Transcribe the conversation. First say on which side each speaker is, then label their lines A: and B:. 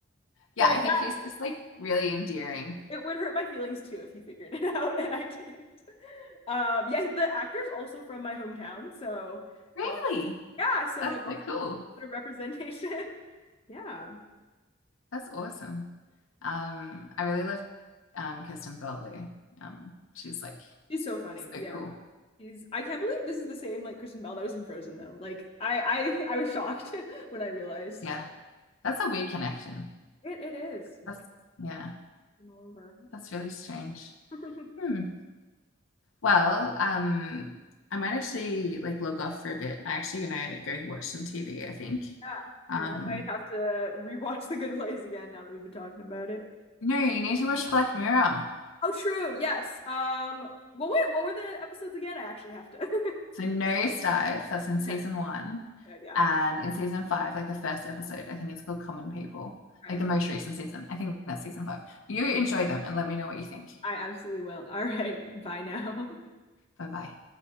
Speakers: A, on the left; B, on the left.
A: Yeah,
B: Like
A: I think
B: that
A: he's just like really endearing.
B: it would hurt my feelings too if he figured it <laughs> out and I didn't. Um yeah, the actor's also from my hometown, so
A: Really?
B: uh yeah, so
A: That's
B: I'm also
A: so cool.
B: a bit of representation. <laughs> Yeah.
A: That's awesome. Um, I really love um, Kirsten Bell though. Um, she's like
B: She's so funny.
A: so
B: Yeah.
A: cool.
B: She's I can't believe this is the same like Kristen Bell that was in Frozen though. Like I I I was shocked <laughs> when I realized
A: Yeah, that's a weird connection.
B: it it is. No
A: That's yeah,
B: kidding all over.
A: that's really strange.
B: <laughs>
A: Hmm. Well, um, I might actually like log off for a bit. I'm actually gonna go watch some TV, I think.
B: Yeah,
A: Um,
B: and I might have to rewatch The Good Place again now that we've been talking about it.
A: no, you need to watch Black Mirror.
B: Oh, true. Yes. Um. Well, wait. What were the episodes again? I actually have to. <laughs>
A: So Nosedive, that's in
B: Okay.
A: season one.
B: Yeah.
A: And in season five, like the first episode, I think it's called Common People.
B: Okay.
A: Like the most recent season. I think that's season five. You enjoy them and let me know what you think.
B: I absolutely will. All right. Bye now. <laughs>
A: Bye bye.